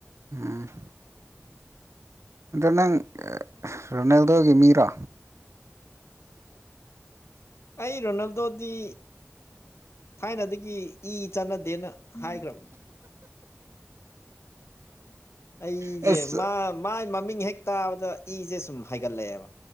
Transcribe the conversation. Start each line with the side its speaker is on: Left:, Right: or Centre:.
Right: ꯑꯝ ꯑꯗꯣ ꯅꯪ ꯔꯣꯅꯥꯜꯗꯣꯒꯤ ꯃꯤꯔꯣ
Left: ꯑꯩ ꯔꯣꯅꯥꯜꯗꯣꯗꯤ ꯊꯥꯏꯅꯗꯒꯤ ꯏ ꯆꯥꯟꯅꯗꯦꯅ ꯍꯥꯢ ꯒꯔꯕꯅꯤ ꯑꯩꯁꯦ
Right: ꯑꯁ
Left: ꯃꯥꯏ ꯃꯃꯤꯡ ꯍꯦꯛ ꯇꯥꯕꯗ ꯏꯁꯁꯦ ꯁꯨꯝ ꯍꯥꯏꯒꯠꯂꯛꯑꯦꯕ